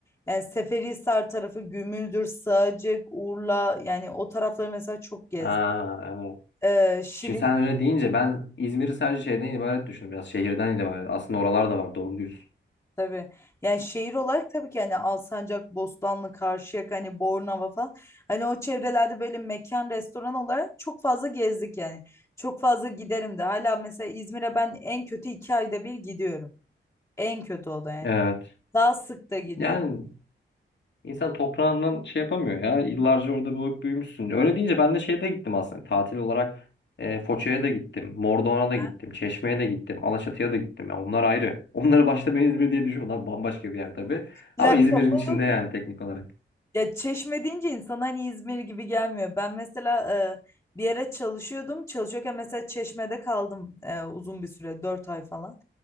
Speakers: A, on the left; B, on the left.
A: Yani Seferihisar tarafı Gümüldür, Sığacık, Urla yani o tarafları mesela çok gezdim.
B: Ha, evet.
A: Ee, Şirin
B: Şimdi sen öyle deyince ben İzmir'i sadece şeyden ibaret düşündüm. Biraz şehirden ibaret. Aslında oralar da var doğru diyorsun.
A: Tabii. Yani şehir olarak tabii ki hani Alsancak, Bostanlı, Karşıyaka, hani Bornova falan. Hani o çevrelerde böyle mekan, restoran olarak çok fazla gezdik yani. Çok fazla giderim de. Hala mesela İzmir'e ben en kötü iki ayda bir gidiyorum. En kötü o da yani.
B: Evet.
A: Daha sık da gidiyorum.
B: Yani İnsan toprağından şey yapamıyor ya. Yıllarca orada büyük büyümüşsün. Öyle deyince ben de şeye de gittim aslında. Tatil olarak e, Foça'ya da gittim. Mordoğan'a da
A: Ben-
B: gittim. Çeşme'ye de gittim. Alaçatı'ya da gittim. Ya onlar ayrı. <laughs> Onları başta ben İzmir diye düşünüyorum. Onlar bambaşka bir yer tabii.
A: Ya
B: Ama İzmir'in
A: kapalı
B: içinde yani teknik olarak.
A: Ya Çeşme deyince insan hani İzmir gibi gelmiyor. Ben mesela e, bir yere çalışıyordum. Çalışıyorken mesela Çeşme'de kaldım e, uzun bir süre, 4 ay falan.